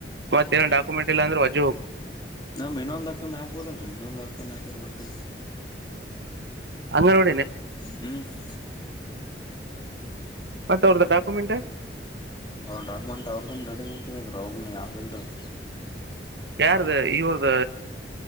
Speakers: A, on the right (about 70°); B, on the left (about 25°).
A: ಮತ್ತ ಏ ಡಾಕ ಿಲ್ಲಂದ್ರೆ
B: ನಮ ಇನ್ನೊಂದ್ ಹಕ್ಕಂದ ಹಾಕ್ಬೋದಲ್ರರಿ ಇನ್ನೊಂದ್ ಹಕ್ಕ ಕಮ್ಮ ಆಕರ್ ಬರ್ತದೆ
A: ಅಂಗನೋೂ
B: ಹ್ಮ್
A: ಮತ್ತ ಅವ್ರದ್ದ ಡಾಕ್ಯುಮೆಂಟ್
B: ಅವ್ರ ಡಾಕ್ಯುಮೆಂಟ್ ಅವ್ರ್ದನ್ನ ರೆಡಿ ಮಾಡ್ಕಬೇಕ ರೀ ಅವ್ರನ್ನ ಯಾವವುಲ್ರರಿ
A: ಯಾರ್ದ ಇವ್ರದ